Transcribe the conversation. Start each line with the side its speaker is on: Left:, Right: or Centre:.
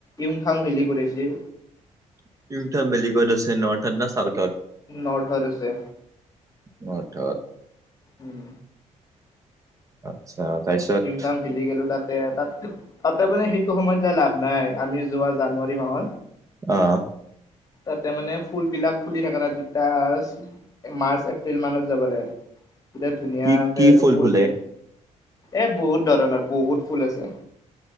Left: ইউং থাং ভেলী ঘূৰাইছে
Right: কোনটা ভিলিখত আছে নৰ্থত ন চউথৰ্থ।
Left: নৰ্থত আছে
Right: নৰ্থত
Left: উম।
Right: আচ্ছা তাৰপিছত
Left: ইউমথাং ভেলি গ'লো তাতে তাত তাতে মানে সেইটো সময়ত য লাভ নাই আমি যোৱা জানুৱাৰী মাহত।
Right: আহ্
Left: তাতে মানে ফুল বিলাক ফুলি থাকে ন তেতিয়া মাৰ্চ এপ্ৰিল মানত যাব লাগে। তেতিয়া ধুনীয়াকে
Right: কি কি
Left: আৰু ফুল
Right: ফুলে
Left: বিল। এ বহুত ধৰণৰ বহুত ফুল আছে।